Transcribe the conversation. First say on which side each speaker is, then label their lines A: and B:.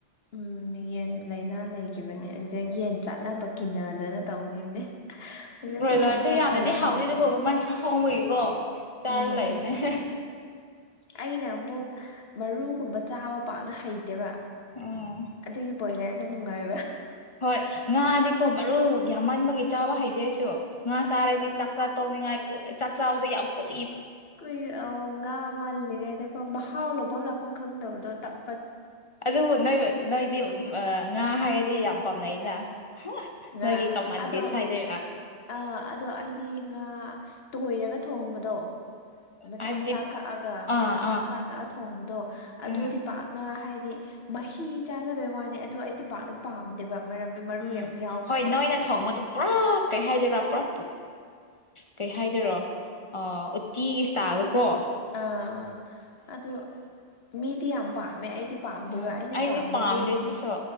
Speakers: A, on the left (about 65°); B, on the left (about 35°).
A: ꯎꯝ ꯌꯦꯟ ꯂꯥꯏꯅꯥ ꯂꯩꯈꯤꯕꯅꯦ ꯑꯗꯨꯒ ꯌꯦꯟ ꯆꯥꯅꯕ ꯀꯤꯅꯗꯅ ꯇꯧꯈꯤꯕꯅꯦ ꯍꯧꯖꯤꯛꯄꯨꯗꯤ
B: ꯑ ꯕ꯭ꯔꯣꯏꯂꯔꯁꯦ
A: ꯑꯃꯨꯛ ꯈꯔ
B: ꯌꯥꯝꯅꯗꯤ
A: ꯐꯔꯕ
B: ꯍꯥꯎꯇꯦꯗꯕꯣ
A: ꯃꯥꯜꯂꯦ
B: ꯃꯃꯟ ꯈꯔ ꯍꯣꯡꯕꯒꯤꯀꯣ ꯆꯥꯔꯒ
A: ꯎꯝ
B: ꯂꯩꯕꯅꯦ
A: ꯑꯩꯅ ꯑꯃꯨꯛ ꯃꯔꯨꯒꯨꯝꯕ ꯆꯥꯕ ꯄꯥꯛꯅ ꯍꯩꯇꯦꯕ
B: ꯎꯝ
A: ꯑꯗꯨꯒꯤ ꯕꯣꯏꯂꯔ ꯅ ꯅꯨꯡꯉꯥꯏꯕ
B: ꯍꯣꯏ ꯉꯥꯗꯤꯀꯣ ꯃꯔꯨ ꯌꯥꯝꯃꯟꯕꯒꯤ ꯆꯥꯕ ꯍꯩꯇꯦ ꯑꯩꯁꯨ ꯉꯥ
A: ꯑꯥ
B: ꯆꯔꯗꯤ ꯆꯥꯛꯆꯥ ꯇꯣꯛꯅꯤꯉꯥꯏ ꯀ ꯆꯥꯛ ꯆꯥꯕꯗ ꯌꯥꯝ ꯀꯑꯣ
A: ꯀꯨꯏ ꯑꯎ ꯉꯥ ꯃꯜꯂꯤꯉꯩꯗ ꯃꯍꯥꯎ ꯂꯧꯕꯝ ꯂꯥꯛꯐꯝ ꯈꯪꯗꯕꯗꯣ ꯇꯞ
B: ꯑꯗꯨꯕꯨ ꯅꯣꯏꯕ ꯅꯣꯏꯗꯤ ꯉꯥ ꯍꯥꯏꯔꯗꯤ ꯌꯥꯝ ꯄꯥꯝꯅꯩ ꯅ
A: ꯉꯥ
B: ꯅꯣꯏꯒꯤ ꯀꯃꯥꯟꯗꯦꯁ
A: ꯑꯗꯣ
B: ꯍꯥꯏꯗꯣꯏꯔ
A: ꯑꯥ ꯑꯗꯣ ꯑꯩꯗꯤ ꯉꯥ ꯇꯣꯏꯔꯒ ꯊꯣꯡꯕꯗꯣ ꯃꯆꯥ
B: ꯍꯥꯏꯕꯗꯤ
A: ꯃꯆꯥ ꯀꯛꯑꯒ
B: ꯑꯥ
A: ꯃꯆꯥ
B: ꯑꯥ
A: ꯃꯆꯥ ꯀꯛꯑ ꯊꯣꯡꯕꯗꯣ ꯑꯗꯨꯗꯤ
B: ꯎꯝ
A: ꯄꯥꯛꯅ ꯍꯥꯏꯗꯤ ꯃꯍꯤ ꯆꯥꯖꯕꯩ ꯋꯥꯅꯤ ꯑꯗꯨ ꯑꯩꯗꯤ ꯄꯥꯛꯅ ꯄꯥꯝꯗꯦꯕ ꯃꯔꯝꯗꯤ ꯃꯔꯨ
B: ꯎꯝ
A: ꯌꯥꯝ ꯌꯥꯎꯕꯅꯤꯅ
B: ꯍꯣꯏ ꯅꯣꯏꯅ ꯊꯣꯡꯕꯗꯨ ꯄꯨꯔꯨ ꯀꯩ ꯍꯥꯏꯗꯣꯏꯔꯥ ꯄꯨꯔꯥ ꯀꯩ ꯍꯥꯏꯗꯣꯏꯔꯣ ꯎꯇꯤꯒꯤ ꯏꯁꯇꯥꯏꯜꯗ ꯀꯣ
A: ꯑꯥ ꯑꯗꯨ ꯃꯤꯗꯤ ꯌꯥꯝ ꯄꯥꯝꯃꯦ ꯑꯩ ꯗꯤ ꯄꯥꯝꯗꯦꯕ
B: ꯎꯝ
A: ꯑꯩꯅ
B: ꯑꯩꯗꯤ
A: ꯄꯥꯝꯕꯗꯤ
B: ꯄꯥꯝꯗꯦ ꯑꯗꯨꯁꯨ